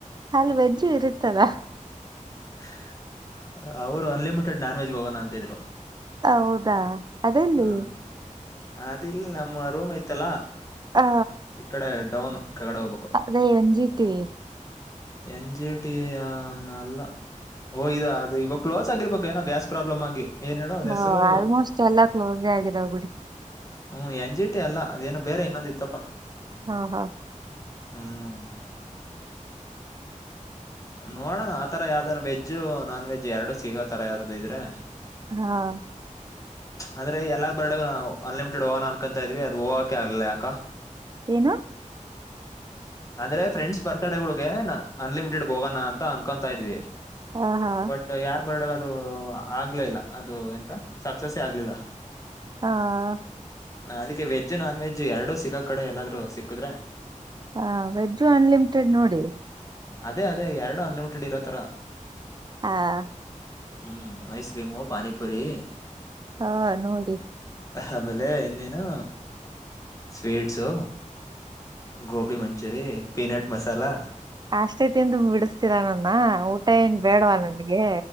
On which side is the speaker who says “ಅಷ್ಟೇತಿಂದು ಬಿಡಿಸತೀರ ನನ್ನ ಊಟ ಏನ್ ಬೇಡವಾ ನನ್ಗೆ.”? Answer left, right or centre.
Right